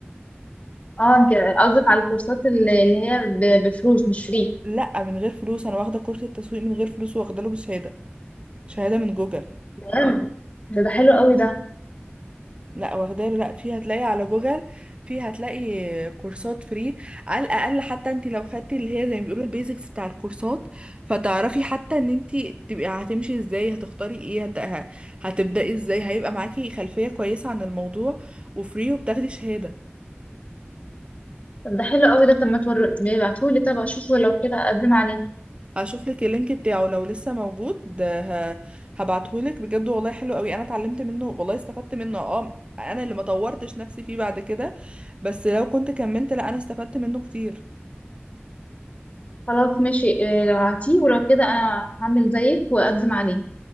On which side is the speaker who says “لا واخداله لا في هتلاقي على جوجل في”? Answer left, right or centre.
Right